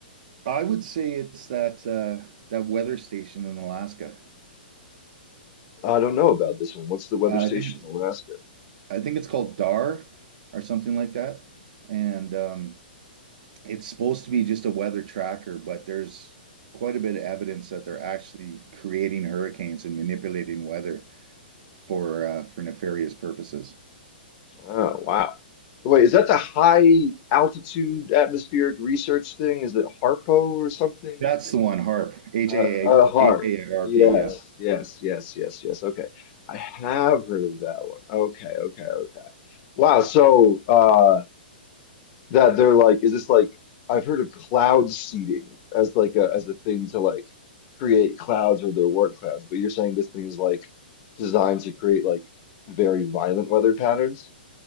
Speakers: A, on the right (about 60°); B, on the left (about 35°).
A: I would say it's that uh, that weather station in Alaska.
B: I don't know about this one. What's the weather
A: Uh,
B: station
A: I think it's
B: in Alaska?
A: I think it's called DAR or something like that, and um, it's supposed to be just a weather tracker, but there's quite a bit of evidence that they're actually creating hurricanes and manipulating weather for uh, for nefarious purposes.
B: Oh, wow. Wait, is that the high altitude atmospheric research thing? Is it HARPO or something?
A: That's the one, HARP, H
B: Uh,
A: A
B: uh,
A: A
B: HARP.
A: H A R
B: Yes,
A: P. Yeah.
B: yes, yes, yes, yes. Okay. I have heard of that one. Okay, okay, okay. Wow. So, uh, that they're like, is this like I've heard of cloud seeding as like a as a thing to like create clouds or there weren't clouds, but you're saying this thing is like designed to create like very violent weather patterns?